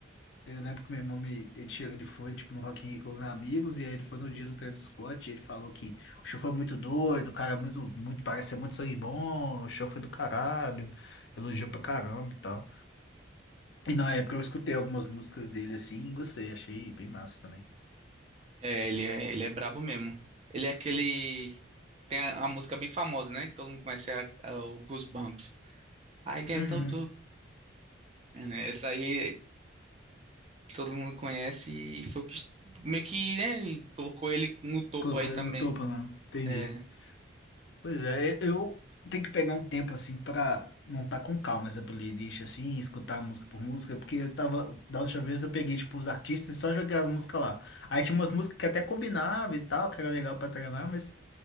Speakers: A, on the left; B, on the right.
A: Eu lembro que meu irmão me, ele, chegou, ele foi tipo no Rock in Rio com os amigos, e aí ele foi no dia do Travis Scott, e ele falou que o show foi muito doido, o cara é muito, muito, parece ser muito sangue bom, o show foi do caralho, elogiou pra caramba e tal. E na época eu escutei algumas músicas dele assim e gostei, achei bem massa também.
B: É, ele é, ele é brabo mesmo. Ele é aquele. Tem a, a música bem famosa, né? Que todo mundo conhece, a, a- é o Goosebumps. I get
A: Uhum.
B: those. Essa aí todo mundo conhece e foi o que est- meio que, né? Colocou ele no topo
A: Colocou
B: aí também.
A: ele no topo, não. Entendi.
B: É.
A: Pois é, eu tenho que pegar um tempo assim pra montar com calma essa playlist assim, escutar música por música, porque eu tava, da última vez eu peguei tipo os artistas e só joguei as músicas lá. Aí tinha umas músicas que até combinava e tal, que era legal pra treinar, mas